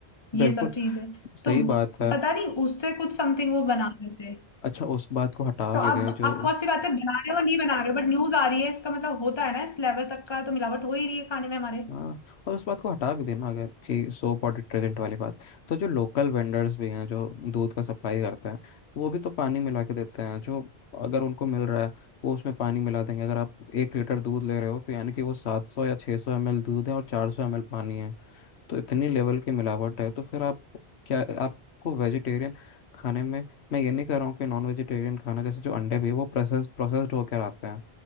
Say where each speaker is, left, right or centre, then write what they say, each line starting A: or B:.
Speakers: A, on the left; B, on the left.
A: ये
B: बिल्कुल
A: सब चीजें
B: सही
A: तो व-
B: बात है
A: पता नहीं उससे कुछ समथिंग वो बना रहे थे
B: अच्छा उस बात को हटा
A: तो
B: भी
A: अब
B: दें जो
A: आप कौन सी बातें बना रहे हो नहीं बना रहे हो बट न्यूज आ रही है इसका मतलब होता है ना इस लेवल तक का तो मिलावट हो ही रही है खाने में हमारे
B: हाँ और उस बात को हटा भी देना अगर कि सोप और डिटर्जेंट वाली बात तो जो लोकल वेंडर्स भी हैं जो दूध का सप्लाई करते हैं वो भी तो पानी मिला के देते हैं जो अगर उनको मिल रहा है वो उसमें पानी मिला देंगे अगर आप एक लीटर दूध ले रहे हो तो यानी कि वो सात सौ या छः सौ एम एल दूध है और चार सौ एम एल पानी है तो इतनी लेवल की मिलावट है तो फिर आप क्या आपको वेजिटेरियन खाने में मैं ये नहीं कह रहा हूँ कि नॉन वेजिटेरियन खाना जैसे जो अंडे भी है, वो प्रोसेस प्रोसेस्ड होकर आते हैं